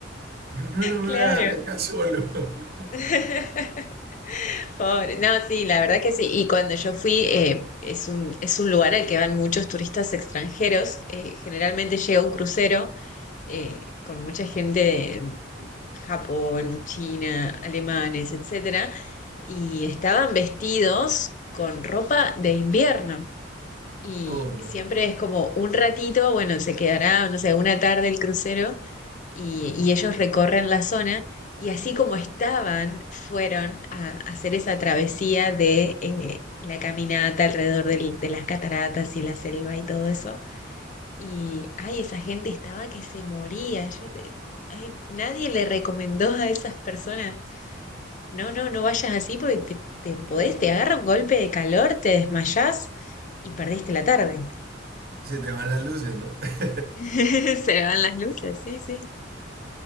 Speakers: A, on the right; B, on the left.
A: Digo, no, no me
B: Claro.
A: voy a dejar acá solo. <laughs>
B: <laughs> Pobre. No, sí, la verdad que sí. Y cuando yo fui, eh, es un, es un lugar al que van muchos turistas extranjeros. Eh, generalmente llega un crucero eh, con mucha gente de Japón, China, alemanes, etcétera, y estaban vestidos con ropa de invierno. Y
A: Oh, no.
B: siempre es como un ratito, bueno, se quedará, no sé, una tarde el crucero y, y ellos recorren la zona y así como estaban, fueron a, a hacer esa travesía de eh, la caminata alrededor del- de las cataratas y la selva y todo eso. Y, ay, esa gente estaba que se moría. Yo te- ay, nadie le recomendó a esas personas, no, no, no vayas así porque te, te podés, te agarra un golpe de calor, te desmayás y perdiste la tarde.
A: Se te van las luces, ¿no? <laughs>
B: <laughs> Se le van las luces, sí, sí.